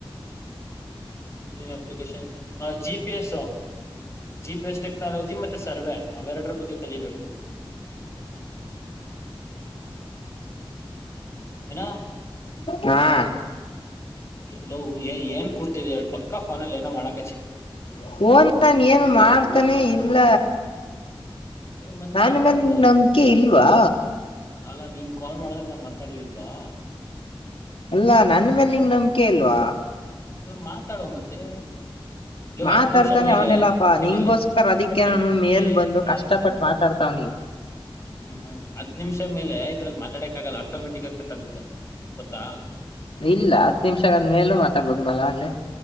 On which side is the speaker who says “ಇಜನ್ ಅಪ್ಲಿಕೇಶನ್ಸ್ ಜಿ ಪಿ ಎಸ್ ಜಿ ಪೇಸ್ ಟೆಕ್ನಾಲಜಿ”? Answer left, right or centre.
Left